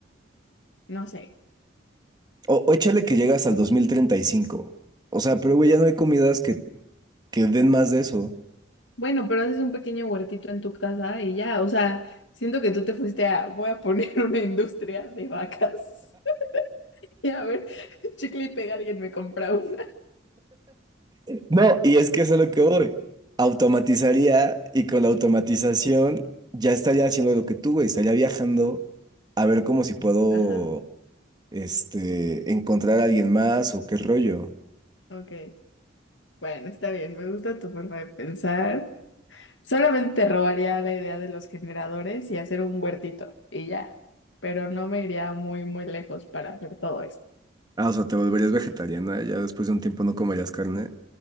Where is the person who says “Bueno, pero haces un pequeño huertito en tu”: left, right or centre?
Left